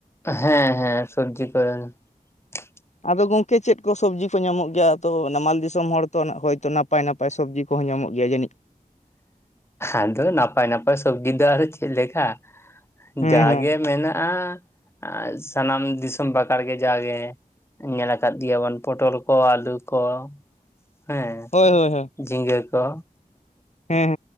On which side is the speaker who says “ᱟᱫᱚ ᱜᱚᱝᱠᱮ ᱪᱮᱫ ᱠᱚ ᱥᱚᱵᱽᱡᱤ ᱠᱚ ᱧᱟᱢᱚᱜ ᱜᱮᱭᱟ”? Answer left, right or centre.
Left